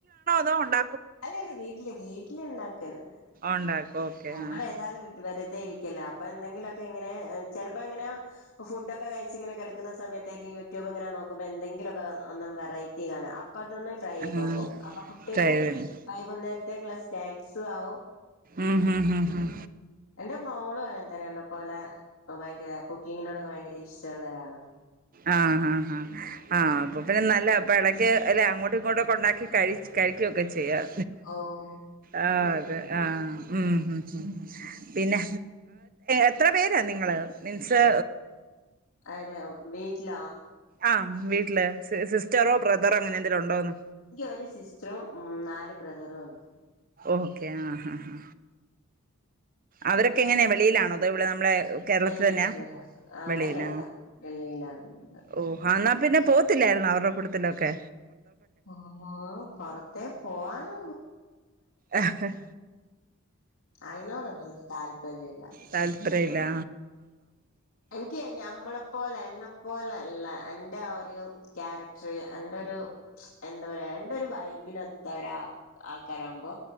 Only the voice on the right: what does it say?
തും ഉണ്ട
ഉണ്ടാക്കും ഓക്കെ
ആ
ആ
ഡ്രൈവിംഗ്
ഉം ഉം ഉം
ആഹ് ആഹ് ആഹ് അപ്പൊ പിന്നെ നല്ല അപ്പൊ ഇടയ്ക്ക് അല്ലേ അങ്ങോട്ട് ഇങ്ങോട്ടൊക്കെ ഉണ്ടാക്കി ക കഴുകൊക്കെ ചെയ്യാം
അ
അതെ
ആ ഹ് പിന്നെ എത്ര പേരാ നിങ്ങള് മീൻസ്
ആഹ് വീട്ടില് സിസ്റ്ററോ ബ്രദറോ അങ്ങനെ എന്തെലും ഉണ്ടോന്ന്
ഓക്കെ ആ ഹാ ഹാ അവരൊക്കെ എങ്ങനെയാണ് വെളിയിലാണോ അതോ ഇവിടെ നമ്മളുടെ കേരളത്തി
തന്നെയാ
വെളിയിലാ
ഓ എന്നാ പിന്നെ പോത്തില്ലായിുന്നോ അവരുടെ കൂട്ടത്തിനൊക്കെ
ആഹ്
താല്പ്പര്യല്ല